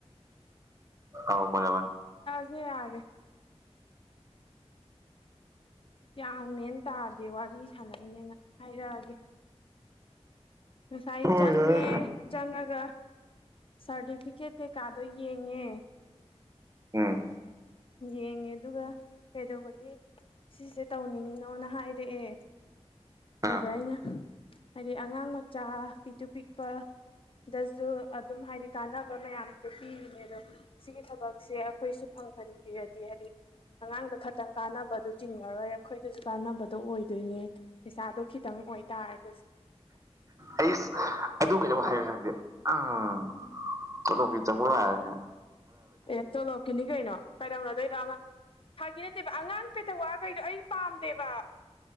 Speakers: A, on the right (about 30°); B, on the left (about 55°).
A: ꯑꯥꯎ ꯃꯨꯟꯂꯥꯝꯃꯅꯤ
B: ꯑꯗꯨ ꯌꯥꯔꯦ ꯒ꯭ꯌꯥꯟ ꯃꯦꯟ ꯇꯥꯗꯦ ꯋꯥꯔꯤ ꯁꯥꯟꯅꯩꯅꯦꯅ ꯍꯥꯏꯔꯛ ꯑꯒꯦ ꯉꯁꯥꯏ
A: ꯍꯣꯏ
B: ꯆꯪꯉꯦ
A: ꯍꯣꯏ
B: ꯆꯪꯉꯒ ꯁꯥꯔꯇꯤꯐꯤꯀꯦꯠ ꯀꯩꯀꯥꯗꯣ ꯌꯦꯡꯉꯦ
A: ꯎꯝ
B: ꯌꯦꯡꯉꯦ ꯑꯗꯨꯒ ꯀꯩꯗꯧꯕꯒꯤ ꯁꯤꯁꯦ ꯇꯧꯅꯤꯡꯉꯤꯅꯣꯅ ꯍꯥꯏꯔꯛꯑꯦ ꯑꯗꯨꯗ
A: ꯑꯥ
B: ꯑꯩꯅꯥ ꯍꯥꯏꯗꯤ ꯑꯉꯥꯡ ꯃꯆꯥ ꯄꯤꯛꯇꯨ ꯄꯤꯛꯄ ꯗꯁꯨ ꯑꯗꯨꯝ ꯍꯥꯏꯗꯤ ꯀꯥꯟꯅꯕ ꯃꯌꯥꯝꯁꯨ ꯄꯤꯔꯤꯅꯦ ꯑꯗꯣ ꯁꯤꯒꯤ ꯊꯕꯛꯁꯦ ꯑꯩꯈꯣꯏꯁꯨ ꯐꯪꯍꯟ ꯍꯥꯏꯔꯗꯤ ꯍꯥꯏꯗꯤ ꯑꯉꯥꯡꯗ ꯈꯇꯪ ꯀꯥꯟꯅꯕꯗꯨ ꯆꯤꯡꯉꯔꯣꯏ ꯑꯩꯈꯣꯏ ꯑꯗꯨꯁꯨ ꯀꯥꯟꯅꯕꯗꯣ ꯑꯣꯏꯗꯣꯏꯅꯦ ꯄꯩꯁꯥꯗꯣ ꯈꯤꯇꯪ ꯑꯣꯏꯇꯥꯔꯒ
A: ꯑꯩꯁ ꯑꯗꯨ ꯀꯩꯗꯧꯕ ꯍꯥꯏꯕ ꯈꯪꯗꯦ ꯎꯝ ꯇꯣꯂꯣꯞ ꯇꯤ ꯆꯪꯕ ꯌꯔꯦꯅꯦ
B: ꯑꯦ ꯇꯣꯂꯣꯀꯤꯅꯤ ꯀꯩꯅꯣ ꯀꯩꯗꯧꯅꯗꯣꯏꯅꯣ ꯑꯉꯥꯡ ꯐꯥꯒꯤ ꯅꯠꯇꯦꯕ ꯑꯉꯥꯡ ꯄꯦꯇꯥꯋꯥꯗꯣ ꯑꯩ ꯄꯥꯝꯗꯦꯕ